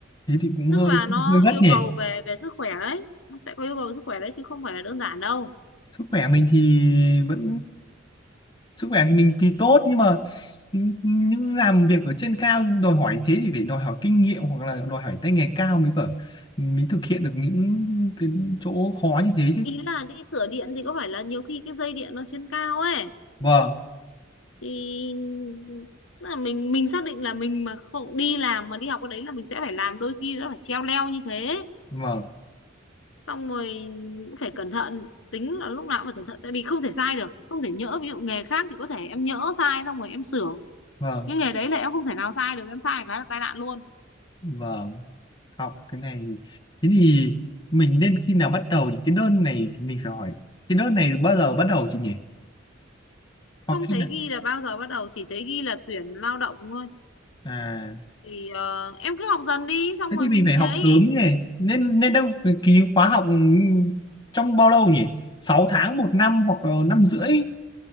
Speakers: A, on the left (about 25°); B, on the left (about 75°).
A: thế thì cũng
B: tức
A: hơi
B: là nó
A: hơi gắt
B: yêu
A: nhỉ
B: cầu về về sức khỏe đấy nó sẽ có yêu cầu về sức khỏe đấy chứ không phải là đơn giản đâu
A: sức khỏe mình thì vẫn sức khỏe thì mình thì tốt nhưng mà những những làm việc ở trên cao đòi hỏi thế thì phải đòi hỏi kinh nghiệm hoặc là đòi hỏi tay nghề cao mới cỡ mới thực hiện được những cái chỗ khó như thế chứ
B: ý là đi sửa điện thì có phải là nhiều khi cái dây điện nó trên cao ấy
A: vâng
B: thì tức là mình mình xác định là mình mà không đi làm mà đi học cái đấy là mình sẽ phải làm đôi khi nó phải treo leo như thế
A: vâng
B: xong rồi cũng phải cẩn thận tính là lúc nào cũng phải cẩn thận tại vì không thể sai được không thể nhỡ ví dụ nghề khác thì có thể em nhỡ sai xong rồi em sửa
A: vâng
B: nhưng nghề đấy là em không thể nào sai được em sai cái là tai nạn luôn
A: vâng học cái này thế thì mình nên khi nào bắt đầu thì cái đơn này thì mình phải hỏi cái đơn này bao giờ bắt đầu chị nhỉ hoặc
B: không
A: khi
B: thấy
A: nào
B: ghi là bao giờ bắt đầu chỉ thấy ghi là tuyển lao động thôi
A: à
B: thì ờ, em cứ học dần đi xong
A: thế
B: rồi
A: thì mình
B: mình
A: phải học
B: ấy
A: sớm nhỉ nên nên đâu cái ký khóa học trong bao lâu nhỉ sáu tháng một năm hoặc là năm rưỡi